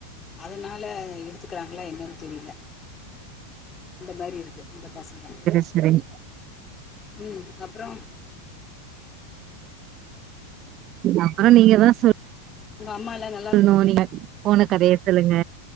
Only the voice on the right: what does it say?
ஸ்சுரின்
அப்பரோ நீங்க தா சொல்
னு நீங்க போன கதய சொல்லுங்க